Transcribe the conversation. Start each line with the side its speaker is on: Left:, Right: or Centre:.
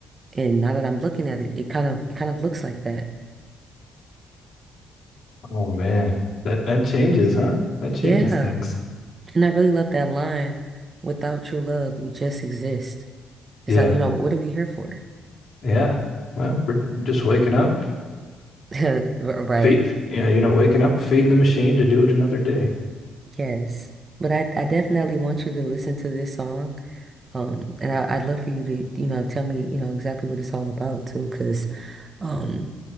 Right: And now that I'm looking at it, it kind of it kind of looks like that.
Left: Oh man. That that changes, huh? That changes
Right: Yeah.
Left: things.
Right: And I really love that line, without true love, we just exist. It's
Left: Yeah.
Right: like, you know, what are we here for?
Left: Yeah. Well, we're just waking up.
Right: <laughs> Right.
Left: Feed, yeah, you know, waking up, feeding the machine to do it another day.
Right: Yes. But I, I definitely want you to listen to this song. Um, and I, I'd love for you to, you know, tell me, you know, exactly what it's all about too, because um.